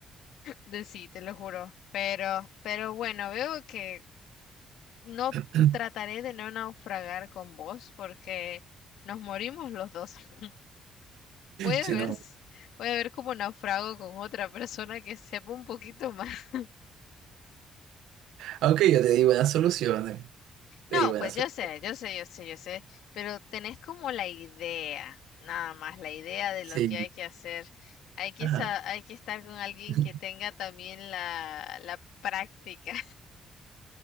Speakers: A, on the left; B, on the right.
A: De sí, te lo juro. Pero, pero bueno, veo que no
B: <clears throat>
A: trataré de no naufragar con vos porque nos morimos los dos. <laughs> Puede
B: Si
A: ver,
B: no,
A: s- puede ver como naufrago con otra persona que sepa un poquito más. <laughs>
B: aunque yo te di buenas soluciones, te
A: No,
B: di buenas
A: pues yo
B: soluciones.
A: sé, yo sé, yo sé, yo sé, pero tenés como la idea, nada más, la idea de lo
B: Sí,
A: que hay que hacer. Hay que,
B: ajá.
A: sa- hay que estar con alguien
B: <laughs>
A: que tenga también la, la práctica,